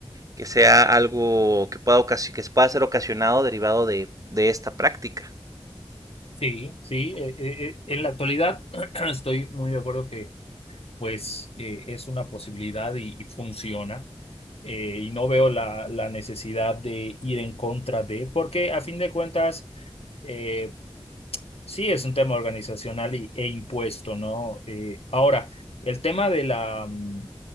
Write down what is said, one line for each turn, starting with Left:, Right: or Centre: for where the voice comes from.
Right: que sea algo que pueda, ocasi- que pueda ser ocasionado derivado de, de esta práctica.
Left: sí, sí. eh, eh, eh, en la actualidad <clears throat> estoy muy de acuerdo que pues eh, es una posibilidad y, y funciona. Eh, y no veo la, la necesidad de ir en contra de, porque a fin de cuentas, eh, Sí, es un tema organizacional y- e impuesto, ¿no? Eh, ahora, el tema de la, mm,